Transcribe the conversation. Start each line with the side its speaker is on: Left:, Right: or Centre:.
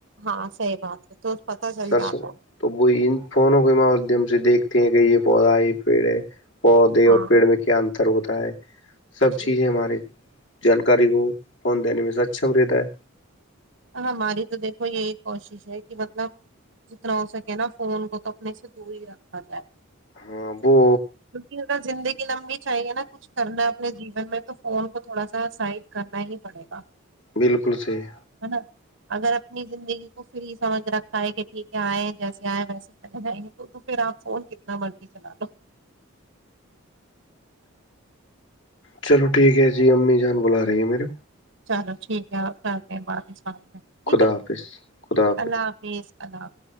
Right: ہاں صحی بات ہے تو پتا چل
Left: سر
Right: جاتا
Left: س
Right: ہے
Left: تو وہ فون ا کوئیما دم دیکھتے ہیں کہ یہ پودائی پیڑے پودے اور
Right: ہاں
Left: پیڑ میں کیا ان پتر ہوتا ہے سب
Right: جی
Left: چیزیں ہمارے
Right: جی
Left: جانکاری کو پنچ دینے میں سکچم رہتا ہے
Right: ہماری تو دیکھو یہی کوشش ہے کہ مطلب جتنا ہو سکے نا فون کو تو اپنے سے دور ہی رکھا جائے
Left: ہاں وہ
Right: کیونکہ اا زندگی لمبی چاہیے نا کچھ کرنا اپنے جیون میں تو فون کو تھوڑا سا سائڈ کرنا ہی پڑے گا
Left: بالکل صحیح
Right: ہے نا اگر اپنی زندگی کو پھر ہی سمجھ رکھا ہے کہ ٹھیک ہے آئے جیسے آئے ویسے چلے جائیں گے تو تو پھر آپ فون کتنا مرضی چلا لو
Left: چلو ٹھیک ہے جی امی جان بلا رہی ہیں میرے
Right: چلو ٹھیک ہے کرتے ہیں بعد اں ٹھیک
Left: خدا
Right: ہے
Left: حافظ
Right: ٹھیک
Left: خدا
Right: ہے اللہ حافظ اللہ حافظ